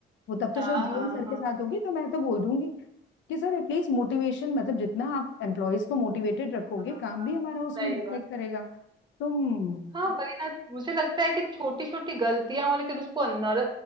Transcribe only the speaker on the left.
वो तब तो
शायद जीएम
सर के
साथ होगी तो मैं तो बोल दूंगी कि सर एटलीस्ट मोटिवेशन मतलब जितना आप एम्प्लॉयज को मोटिवेटेड रखोगे
काम भी हमारा उसमें
रिफ्लेक्ट
करेगा तुम